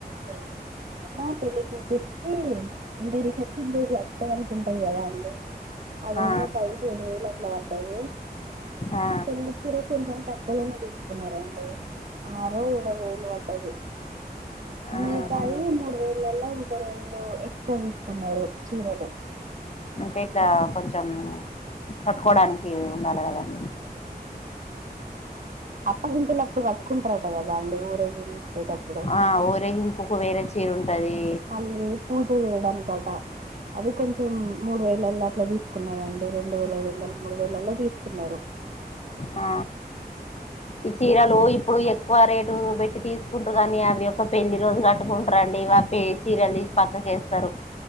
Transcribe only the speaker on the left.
ఆ
ఆ
ఆహా
మన ఇట్లా కొంచెం కట్టుకోవడానికి ఉండాల కదండి.
ఆ ఊరేగింపుకు వేరే చీర ఉంటది
ఆ ఈ చీరలు ఇప్పుడు ఎక్కువ రేటు పెట్టి తీసు కుంటారు కానీ అవి ఒక పెళ్లి రోజు కట్టుకుంటారుండి వా పె చీరలు తీసి పక్కకేస్తారు.